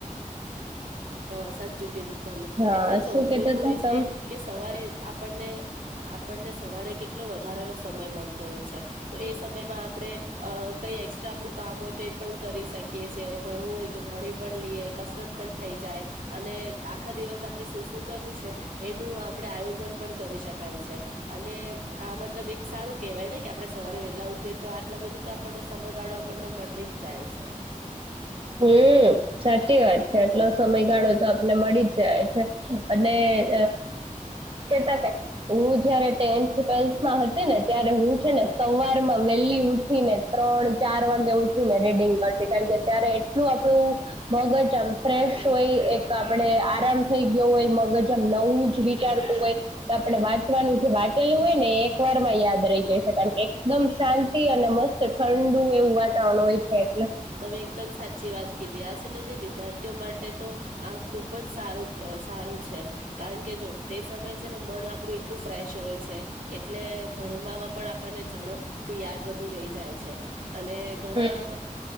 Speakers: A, on the right; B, on the right.
A: હા સાચ ચુકી છે, તમે
B: હા
A: એટલે જો
B: શું કહેતા
A: એવું હોય
B: હતા તમે
A: છે કે સવારે આપણને આપણને સવારે કેટલો વધારાનો સમય મળતો હોય છે, તો એ સમયમાં આપણે અ કઈ એસ્ટ્રા આપણું કામ હોય તો એ પણ કરી શકીએ છીએ, ભણવું હોય તો ભણી પણ લઈએ કસરત પણ થઈ જાય અને આખા દિવસ આપ આપણે શું શું કરવું છે, એનું આપણે આયોજન પણ કરી શકાય છે, અને આ મતલબ એક સારું કેહેવાય ને કે આપણે સવારે વલી ઉઠી તો આટલા બધું તો આપણને સમયગાળો આપણને મળે ચઇ છે
B: હમ સાચી વાત છે એટલો સમયગાળો તો આપને મળી જ જાય છે, અનેને
A: હા
B: તા હું જયારે ટેન્થ ટ્વેલ્થમાં હતી ને ત્યારે હું છે,
A: હા
B: ને સવાર માં વહેલી ઉઠીને ત્રણ ચાર વાગે ઉઠી ને રેડિંગ કરતી કારણ કે ત્યારે એટલું આપડું મગજ આમ ફ્રેશ હોય એક આપડ આરામ થઈ, ગયો હોય મગજ આમ નવું જ વિચારતું હોય તો આપણે વાત જે વાંચેલું હોય ને એક વાર માં યાદ રહી જાય છે કારણ કે એકદમ શાંતિ અને મસ્ત ઠંડુ એવું વાતાવરણ હોય છે એટલે
A: તમે એકદમ સાચ ી વાત કી આ છેને જે વિદ્યાર્થીઓ માટે તો આ ખુબ જ સારું સારું છે કારણ કે જો તે સમયે છે ને મન આપણું એટલું ફ્રેશ હોય છે એટલે ભણવામાં પણ આપણને ઝડપ થી યાદ બધું રહી જાય છે અને ઘણા
B: હમ